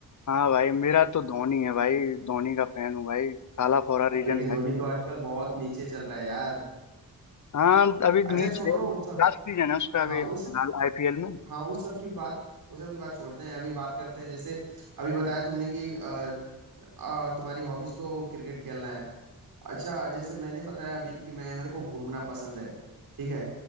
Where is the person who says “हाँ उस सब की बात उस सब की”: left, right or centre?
Right